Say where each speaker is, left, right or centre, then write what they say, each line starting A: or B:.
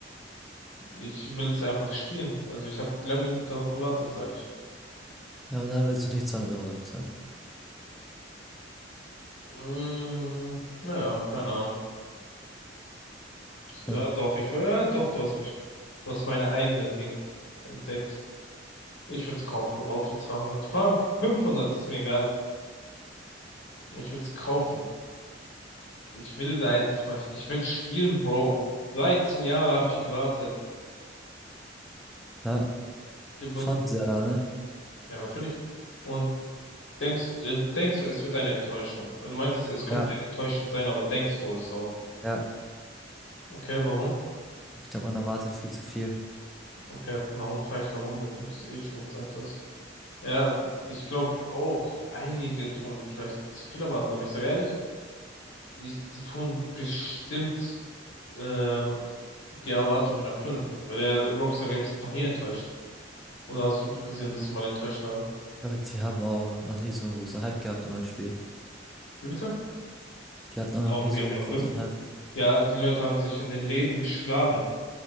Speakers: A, on the left (about 80°); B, in the centre.
A: Ich will es einfach spielen. Also ich habe lang genug darauf gewartet, sage ich.
B: Ja, aber dann willst du nicht 200 Euro dafür zahlen.
A: Mm, naja, keine Ahnung. Ja,
B: Hm.
A: doch, ich, ja, doch, du hast mich, du hast meine eigene Ding entdeckt. Ich würde es kaufen, auch für zweihundert Vor allem 500 ist mir egal. Ich würde es kaufen. Ich will da endlich mal, ich will spielen, Bro. dreizehn Jahre habe ich gewartet.
B: Ja,
A: Du woll-
B: schon sehr lange.
A: Ja, natürlich. Und denkst, äh, denkst du, es wird eine Enttäuschung? Weil du meintest, es könnte
B: Ja,
A: ja enttäuschend sein, aber denkst du es auch?
B: ja.
A: Okay, warum?
B: Ich glaube, man erwartet viel zu viel.
A: Okay, warum frage ich warum, wenn du es eh schon gesagt hast? Ja, ich glaube auch, einige tun vielleicht zu viel erwarten, aber ich sage ehrlich, ich, die tun bestimmt ähm, die Erwartungen erfüllen, weil Rockstar Games hat noch nie enttäuscht. Oder hast du gesehen, dass sie mal enttäuscht haben?
B: Aber die haben auch noch nie so einen großen Hype gehabt um ein Spiel.
A: Wie bitte?
B: Die hatten auch noch
A: Auf
B: nie so
A: GTA
B: einen großen
A: 5.
B: Hype.
A: Ja, die Leute haben sich in den Läden geschlagen,